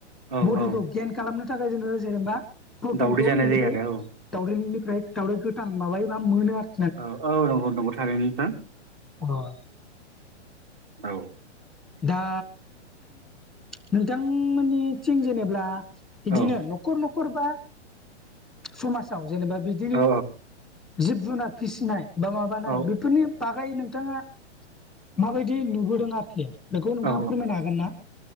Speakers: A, on the right; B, in the centre.
A: औ
B: बडिखौ
A: औ
B: गेइन खालामनो थाखाय जोङो जेनेबा प्रटिनखौ
A: दावदै जानाय
B: इनिफ्राय
A: जायो आरो
B: दावदैनिफ्राय दावदै गोथां माबायो बा मोनो आरो।
A: औ औ नंगौ नंगौ थारैनो नोंथां।
B: <unintelligible>
A: औ।
B: दा नोंथांमोननिथिं जेनेब्ला बिदिनो
A: औ
B: न'खर न'खर बा समाजाव जेनेबा बिदिनि
A: औ
B: जिब जुनार फिसिनाय बा माबानाय
A: औ
B: बेफोरनि <unintelligible> नोंथाङा माबायदि नुबोदों आरोखि बेखौ नोंथाङा
A: औ
B: फोरमायनो हागोन ना?